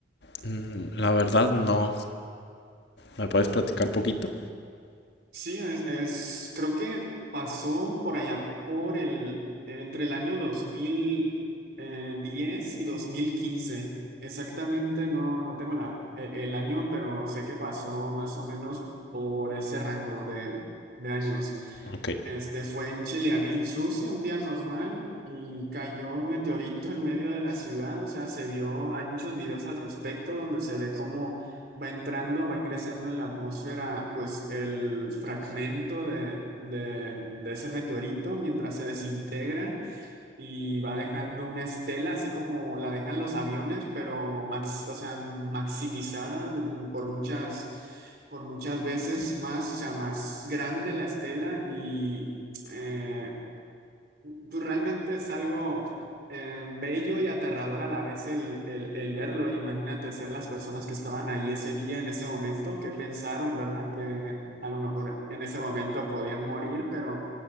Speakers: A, on the left; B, on the right.
A: Mm, la verdad no. ¿Me puedes platicar poquito?
B: Sí, es, es- creo que pasó por allá, por el, entre el año dos mil eh, diez y dos mil quince Exactamente, no, no tengo la, e- el, año, pero sé que pasó más o menos por ese rango de, de años.
A: Ok,
B: Este fue en Chelyabinsk, Rusia, un día normal y cayó un meteorito en medio de la ciudad, o sea, se vio, hay muchos videos al respecto donde se ve cómo va entrando, va ingresando en la atmósfera, pues el fragmento de, de, de ese meteorito mientras se desintegra y va dejando una estela, así como la dejan los aviones, pero max, o sea, maximizada mm, por muchas, por muchas veces más, o sea, más grande la estela y eh, pues realmente es algo eh, bello y aterrador a la vez el, el, el verlo. Imagínate ser las personas que estaban ahí ese día, en ese momento, que pensaron, ¿verdad? Que a lo mejor en ese momento podían morir, pero